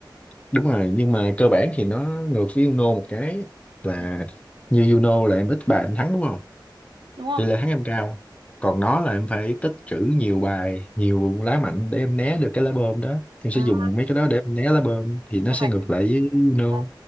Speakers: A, on the left (about 15°); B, on the right (about 70°).
A: đúng rồi nhưng mà cơ bản thì nó ngược với Uno một cái là
B: Đấy,
A: như Uno là em ít bài em thắng đúng không
B: Đúng rồi.
A: tỷ lệ thắng em cao còn nó là em phải tích trữ nhiều bài nhiều lá mạnh để em né được cái lá bơm đó em sẽ
B: À,
A: dùng mấy cái đó để em né lá bơm thì nó
B: mà
A: sẽ
B: phải
A: ngược
B: sử
A: lại
B: dụng
A: với Uno
B: à,